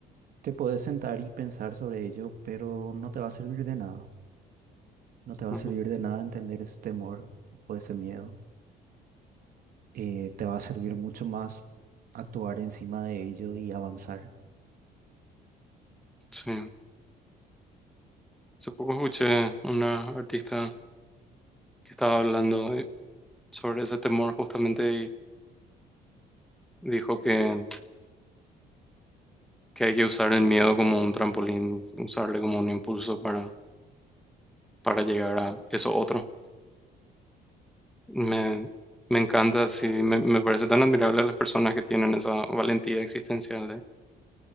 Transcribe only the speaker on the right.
te puedes sentar y pensar sobre ello, pero no te va a servir de nada. No te va
a servir de nada entender ese temor o ese miedo. Eh, te va a servir mucho más actuar encima de ello y avanzar.